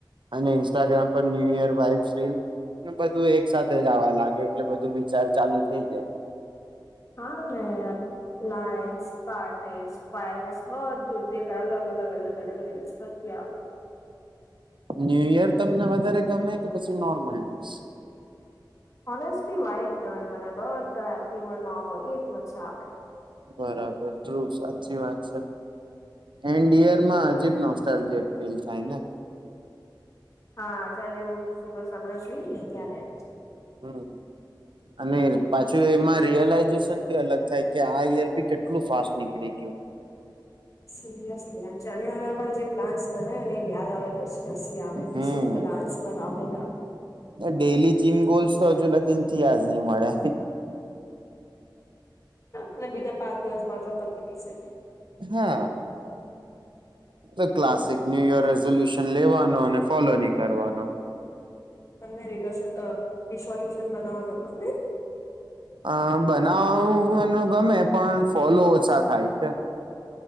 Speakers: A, on the right (about 75°); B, on the left (about 40°).
A: અને ઇન્સ્ટાગ્રામ પર ન્યુયર વાઇબેસ, રીલ બધું એક સાથે જ આવવા લાગે એટલે બધું વિચાર ચાલુ થઇ જાય.
B: હા ને યાર લાઇટ્સ, પાર્ટીસ, ફાયર્સ બધુ દેખાઈ અલગ અલગ અલગ અલગ નથી આવા
A: ન્યુયર તમને વધારે ગમે, કે પછી નોર્મલ ડેઝ?
B: હોનેસ્ટલી વાઇબ ગમે મને, બધ્ધા હેપ્પી મોડમાં હોય એ જ મઝા આવે.
A: બરાબર, ટ્રુ, સાચી વાત છે. એન્ડ યરમાં અજીબ નોસ્ટાલ્જીયા ફીલ થાય ને?
B: હા જ્યારે ઓલુ ફોટો <unintelligible> જોઈયે ને, ત્યારે.
A: હમ, અને પાછું એમાં રિયલાઈઝેશન બી અલગ થાય, કે આ યર બી કેટલું ફાસ્ટ નીકળી ગયું.
B: સિરિયસલી, અને <unintelligible> જે પ્લાન્સ બનાવે ને એ યાદ આવે પછી. હસી આવે, કે
A: હમ
B: સું પ્લાન્સ બનાવેલા!
A: ડેલી જીમ ગોલ્સ તો હજુ લગીન થીયા જ ની મળે.
B: અને બીજા પાંચ દિવસ બાછા પતી બી જાય.
A: હા, તો ક્લાસિક ન્યુયર રિઝોલ્યુશન લેવાનો, અને ફોલો ની કરવાનો.
B: તમને રિલેશન રિસોલ્યુશન બનાવવાનો ગમે?
A: અ, બનાવવાનું ગમે, પણ ફોલો ઓછા થાય છે.